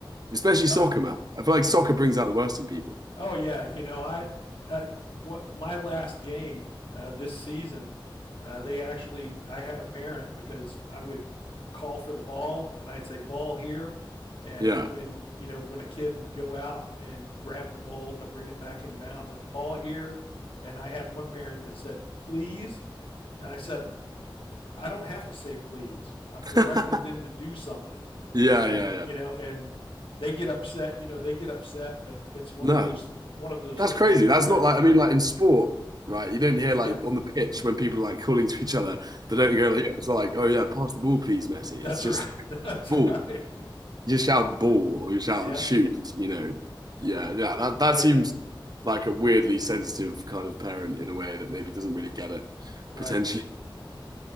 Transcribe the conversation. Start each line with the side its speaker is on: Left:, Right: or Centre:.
Right: Especially
Left: uh,
Right: soccer, man. I feel like soccer brings out the worst in people.
Left: Oh yeah, you know I, I what, my last game uh, this season, uh, they actually I had a parent because I would call for the ball and I'd say ball here, and
Right: Yeah.
Left: when you know when a kid would go out and grab the ball to bring it back in bounds, I ball here, and I had one parent that said please, and I said I don't have to say please, I'm
Right: <laughs>
Left: directing
Right: yeah,
Left: them to do something,
Right: yeah,
Left: and
Right: yeah.
Left: you know and they get upset you know they get upset but it's one
Right: No,
Left: of those one of those
Right: that's
Left: things
Right: crazy.
Left: that we're
Right: That's
Left: trying
Right: not like, I mean, like in sport, right? You don't hear
Left: yeah
Right: like on the pitch when people are like calling to each other, they don't go like, "Yeah," it's not like, oh yeah, pass the ball, please, Messi.
Left: that's
Right: It's just
Left: right
Right: like,
Left: <laughs> that's
Right: ball.
Left: right
Right: You just shout ball or you shout
Left: yeah
Right: shoot, you know. Yeah, yeah. That, that
Left: oh yeah
Right: seems like a weirdly sensitive kind of parent in a way that maybe doesn't really get it
Left: right
Right: potentially.